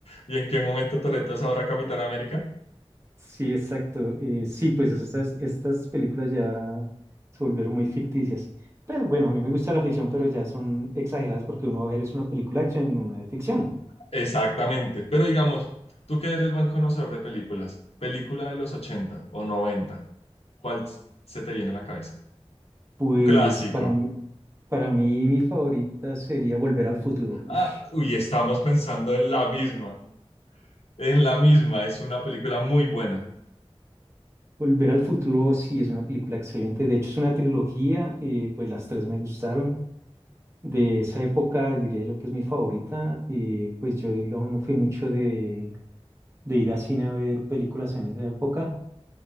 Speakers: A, on the left; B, on the right.
A: ¿y en qué momento Toreto es ahora Capitán América?
B: sí, exacto. Eh, sí, pues es- estas, estas películas ya se volvieron muy ficticias. Pero bueno, a mí me gusta la ficción, pero ya son exageradas porque uno va a ver es una película de acción, una de ficción.
A: Exactamente. Pero digamos, tú que eres buen conocedor de películas, película de los 80 o noventa ¿cuál se te viene a la cabeza?
B: Pues
A: Un clásico.
B: para mí, para mí mi favorita sería Volver al Futuro. Uf,
A: Ah, uy, estamos pensando en la misma, en la misma, es una película muy buena,
B: Volver al futuro sí es una película excelente. De hecho, es una trilogía, eh, pues las tres me gustaron. De esa época diría yo que es mi favorita. eh, pues yo, digamos, no fui mucho de, de ir a cine a ver películas en esa época.